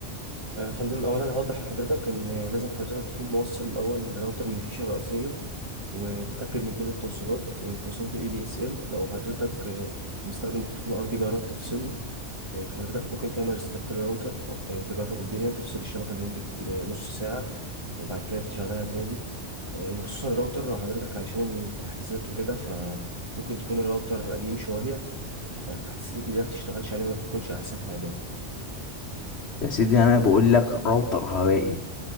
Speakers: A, on the right; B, on the left.
A: يا فندم اولا هوضح لحضرتك ان لازم حضرتك تكون موصل الاول لراوتر من الفيشه الرئيسيه وتتاكد من كل التوصيلات آه، توصيلات الاي دي اس ال لو حضرتك آه، مستخدم التليفون الارضي جرب تفصله إيه، حضرتك ممكن تعمل ريستارت للراوتر إيه، تجرب الدنيا تفصل الشبكة لمدة إيه، نص ساعة وبعد كده تشغلها تاني إيه، وخصوصا الراوتر لو حضرتك علشان التحديثات وكده فممكن تكون الراوتر قديم شوية فالتحديثات الجديدة ما بتشتغلش عليه ما بتكونش أحسن حاجة
B: يا سيدي انا بقول لك راوتر هوائي